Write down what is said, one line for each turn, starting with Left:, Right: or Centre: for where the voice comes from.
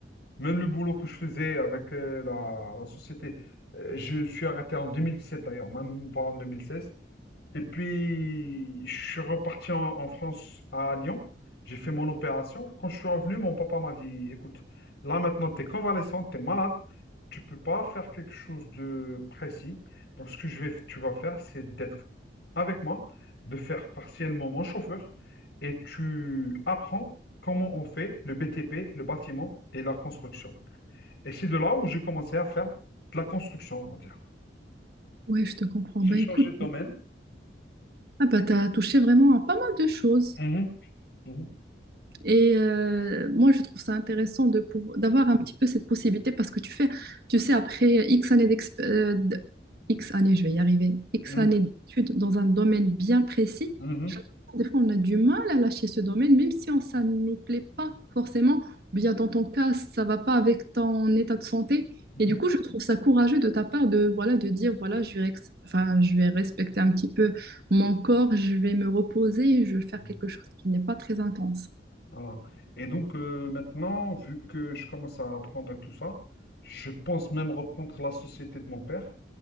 Left: Même le boulot que je faisais avec euh, la, la société, euh, je suis arrêté en 2017 d'ailleurs, même pas en 2016. Et puis, je suis reparti en, en France, à Lyon. J'ai fait mon opération. Quand je suis revenu, mon papa m'a dit, écoute, là maintenant, tu es convalescent, tu es malade, tu peux pas faire quelque chose de précis. Donc, ce que je vais, tu vas faire, c'est d'être avec moi, de faire partiellement mon chauffeur, et tu apprends comment on fait le BTP, le bâtiment et la construction. Et c'est de là où j'ai commencé à faire de la construction, on va dire.
Right: oui, je te comprends.
Left: J'ai
Right: Ben
Left: changé
Right: écoute,
Left: de domaine.
Right: ah bah, tu as touché vraiment à pas mal de choses.
Left: Mhm, mhm,
Right: Et euh, moi, je trouve ça intéressant de pouvoir, d'avoir un petit peu cette possibilité parce que tu fais, tu sais, après X années d'exp- euh, d- X années, je vais y arriver, X
Left: mhm,
Right: années d'études dans un domaine bien précis,
Left: mhm,
Right: je trouve que des fois, on a du mal à lâcher ce domaine, même si on- ça ne nous plaît pas forcément, ou bien dans ton cas, ça va pas avec ton état de santé.
Left: mhm.
Right: Et du coup, je trouve ça courageux de ta part de, voilà, de dire, voilà, je vais, ex- enfin, je vais respecter un petit peu mon corps, je vais me reposer, je vais faire
Left: mhm.
Right: quelque chose qui n'est pas très intense.
Left: Voilà. Et donc euh, maintenant, vu que je commence à apprendre à tout ça, je pense même reprendre la société de mon père.